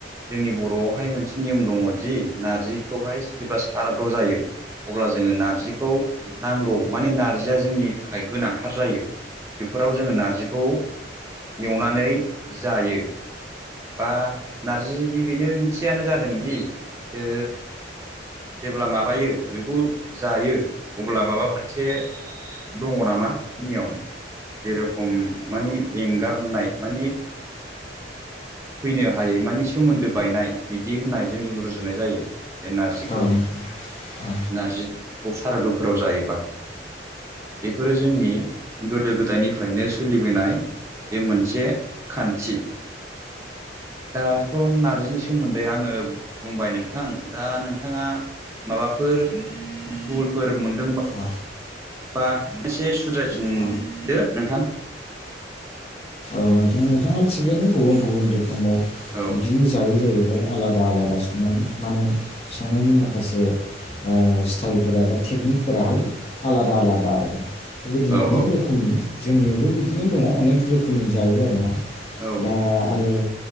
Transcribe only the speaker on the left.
औ
औ
औ
खारथ' नोंथाङा थिगैनो गुबुन गुबुन रोखोमाव
बिदिनो जायो जाहैबाय आलादा आलादा संनानै माने संनायनि माखासे ओ स्टाइलफोरा बा टेकनिकेलफोराहाय आलादा आलादा आरो बेबायदिनो
अनेक
रोखोमनि जोंनियावबो बिदिनो दङ अनेक रोखोमनि जायो आरोना
दा आरो